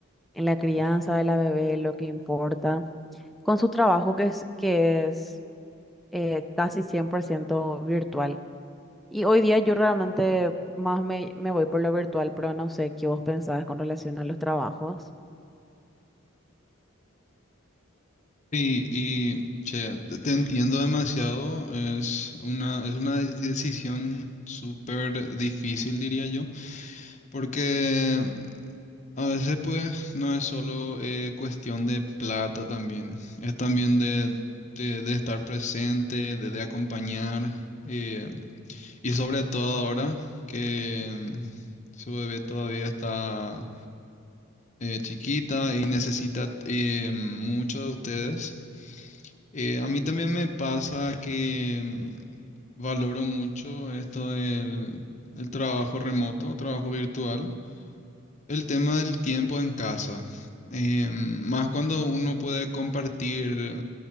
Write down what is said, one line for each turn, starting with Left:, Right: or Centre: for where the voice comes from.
Centre: en la crianza de la bebé, lo que importa, con su trabajo que es, que es eh, casi 100% virtual. Y hoy día yo realmente más me, me voy por lo virtual, pero no sé qué vos pensabas con relación a los trabajos.
Left: Sí, y che, te te entiendo demasiado. Es una, es una de- decisión súper difícil, diría yo, porque a veces pues no es solo eh, cuestión de plata también, es también de, de- de estar presente, de, de acompañar, eh, y sobre todo ahora que mm, su bebé todavía está eh, chiquita y necesita eh, mucho de ustedes. Eh, a mí también me pasa que mm, valoro mucho esto del, del trabajo remoto, trabajo virtual, el tema del tiempo en casa, Eh, mm, más cuando uno puede compartir,